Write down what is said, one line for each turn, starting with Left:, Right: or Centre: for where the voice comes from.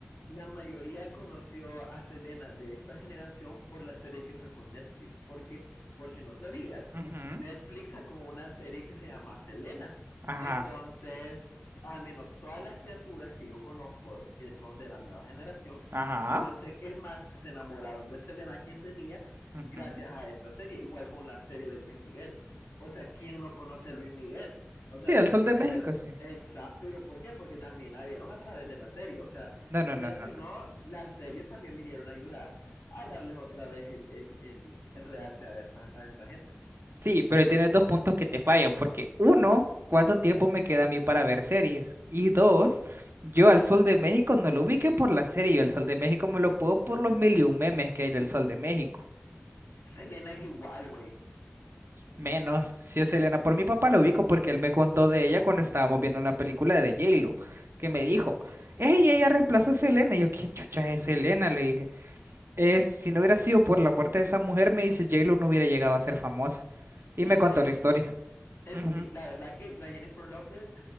Left: La mayoría conoció a Selena de esta generación por la serie que sacó Netflix, porque por si no sabías,
Right: ujú,
Left: Netflix sacó una serie que se llama Selena.
Right: Ajá.
Left: Entonces, al menos todas las criaturas que yo conozco, que son de la nueva generación,
Right: Ajá.
Left: conocen, es más, se enamoraron de Selena, quien tenía,
Right: ujú.
Left: gracias a esta serie, igual con la serie de Luis Miguel. O sea, ¿quién no conoce a Luis Miguel? O sea,
Right: Sí, el
Left: de la
Right: Sol
Left: nueva
Right: de México,
Left: generación.
Right: sí.
Left: Exacto, pero ¿por qué? Porque también la vieron a través de la serie, o sea,
Right: No, no,
Left: quieras
Right: no, no,
Left: o
Right: no.
Left: no, las series también vinieron a ayudar a darles otra vez el, el, el, el realce a esta, a esta gente.
Right: Sí, pero ahí tienes dos puntos que te fallan, porque uno, ¿cuánto tiempo me queda a mí para ver series? Y dos, yo al Sol de México no lo ubiqué por la serie, yo al Sol de México me lo puedo por los mil y un memes que hay del Sol de México.
Left: Selena es igual, güey.
Right: Menos, si es Selena, por mi papá lo ubico porque él me contó de ella cuando estábamos viendo una película de J-Lo, que me dijo, hey, ella reemplazó a Selena. Y yo, ¿quién chucha es Selena? Le dije, es, si no hubiera sido por la muerte de esa mujer, me dice, J-Lo no hubiera llegado a ser famosa.
Left: Sí,
Right: Y me contó
Left: eso
Right: la historia.
Left: sí, eso
Right: Ujú,
Left: sí. La verdad que la Jennifer López